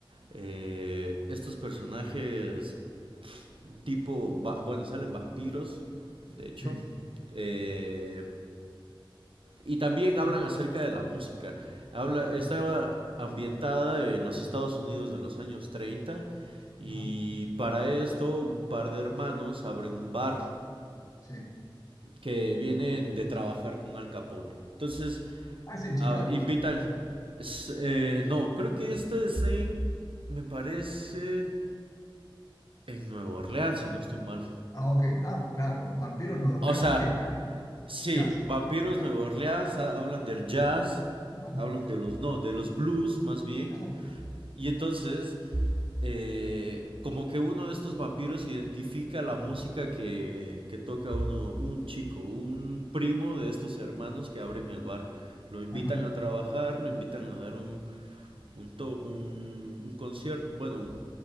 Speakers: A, on the right; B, on the left.
A: eh, estos personajes tipo... va- Bueno, salen vampiros, de hecho.
B: Sí,
A: Eh, Y también hablan acerca de la música. Habla, está
B: Ajá,
A: ambientada en los Estados Unidos de los años 30 y
B: ajá.
A: para esto un par de hermanos abren un bar
B: sí.
A: que vienen de trabajar con Al Capone. Entonces
B: Ah, es en
A: a-
B: Chicago.
A: invitan... es- eh, no, creo que esto es en... Me parece... En Nueva Orleans, si no estoy mal.
B: Ah, ok. Ah, claro. Vampiros Nueva Orleans
A: O sea,
B: y que jazz,
A: sí,
B: jazz,
A: Vampiros
B: jazz.
A: Nueva Orleans, ha- hablan del jazz,
B: Ajá.
A: hablan de los... No, de los blues más bien.
B: Ah, ok.
A: Y entonces, eh, como que uno de estos vampiros identifica la música que, que toca uno, un chico, un primo de estos hermanos que abren el bar. Lo invitan
B: Ajá.
A: a trabajar, lo invitan a dar un, un, to- un, un concierto, bueno,